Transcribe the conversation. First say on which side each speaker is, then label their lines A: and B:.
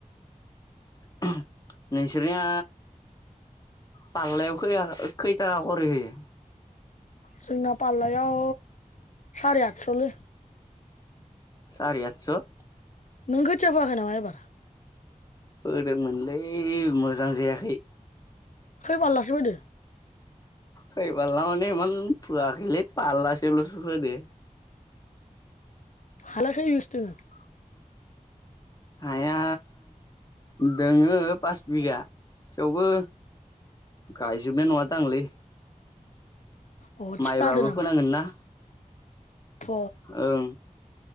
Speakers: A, on the left; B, on the left.
A: <unintelligible> नोंसोरनिया पाल्लायाव खैआ खै खरै होयो?
B: जोंना पाल्लायाव सारे आतस'लै।
A: सारि आतस'?
B: नों खोथिया फोआखै नामा एबार?
A: फोदोंमोनलै मोजां जायाखै।
B: खै पाल्लासो फोदो?
A: खै पाल्ला माने इमान फोआखैलै पाल्लासेल'सो फोदो।
B: <unintelligible>
A: हाया दोङो पास बिगा थेवबो गायजोबनाय नङा। दांलै
B: अ थिखा
A: माइब्राबो
B: होदो नामा
A: फोनांगोन ना।
B: फ
A: ओं